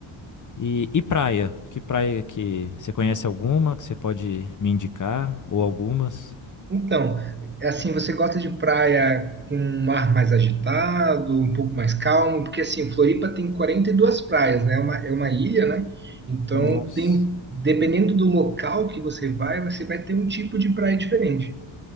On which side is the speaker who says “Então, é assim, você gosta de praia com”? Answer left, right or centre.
Right